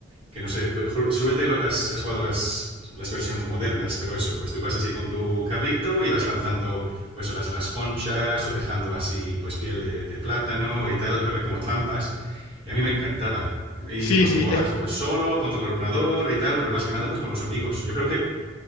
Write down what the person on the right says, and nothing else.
que no sé, súbete, has, has jugado las, las versiones modernas, pero eso, pues tú vas así con tu carrito y vas lanzando pues las, las conchas o dejando así pues piel de, de plátano y tal, pero como trampas. Y a mí me encantaba. Y
encima
pues jugabas
pues solo, contra el ordenador y tal, pero más que nada pues con los amigos. Yo creo que